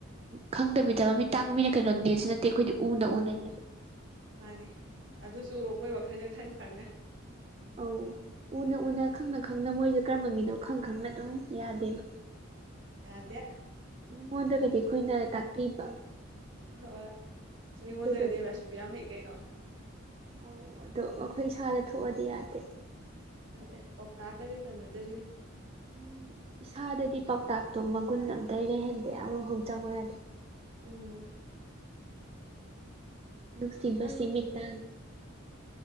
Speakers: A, on the right; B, on the right.
A: ꯈꯪꯗꯕꯤꯗ ꯃ ꯃꯤ ꯇꯥꯡꯕ ꯃꯤꯅ ꯀꯩꯅꯣꯗꯦꯁꯨ ꯅꯠꯇꯦ ꯑꯩꯈꯣꯏꯗꯤ ꯎꯟꯅ ꯎꯟꯅꯅꯦ
B: ꯃꯥꯅꯤ ꯑꯗꯨꯁꯨ ꯃꯣꯏ ꯋꯥꯈꯜꯒ ꯈꯪ ꯈꯪꯅ
A: ꯑꯧ ꯎꯅ ꯎꯅ ꯈꯪꯅ ꯈꯪꯅ ꯃꯣꯏꯁꯦ ꯀꯔꯝꯕ ꯃꯤꯅꯣ ꯈꯪ ꯈꯪꯅ ꯑꯗꯨꯝ ꯌꯥꯗꯦꯕ
B: ꯑꯗꯦ
A: ꯅꯉꯣꯟꯗꯒꯗꯤ ꯑꯩꯈꯣꯏꯅ ꯇꯥꯛꯄꯤꯕ
B: ꯍꯣꯏ ꯃꯤꯉꯣꯟꯗꯒꯗꯤ
A: ꯑꯩꯈꯣꯏꯗꯗꯤ ꯌꯥꯗꯦ
B: ꯃꯥꯁꯨ ꯌꯥꯝ ꯐꯩ ꯀꯩꯅꯣ
A: ꯑꯧ ꯑꯗꯣ ꯑꯩꯈꯣꯏ ꯏꯁꯥꯗ ꯊꯣꯛꯑꯗꯤ ꯌꯥꯗꯦ
B: ꯔꯦ ꯄꯣꯛꯇꯥꯛ ꯀꯗꯤ ꯀꯅꯗꯕꯤꯅꯤ
A: ꯎꯝ ꯏꯁꯥꯗꯗꯤ ꯄꯥꯎꯇꯥꯛꯇꯣ ꯃꯒꯨꯟ ꯑꯝꯇ ꯂꯩꯍꯟꯕ ꯌꯥꯝꯐꯥꯎ ꯆꯪꯉ ꯌꯥꯗꯦ
B: ꯎꯝ
A: ꯅꯨꯡꯁꯤꯕ
B: ꯅꯪ
A: ꯁꯤꯃꯤꯠꯇ